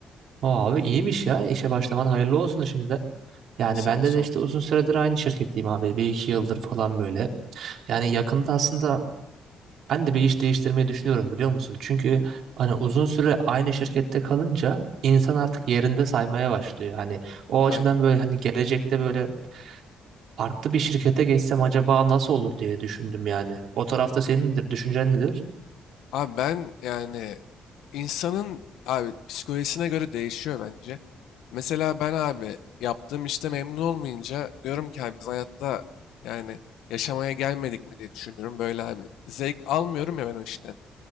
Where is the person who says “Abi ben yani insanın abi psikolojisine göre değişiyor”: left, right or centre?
Left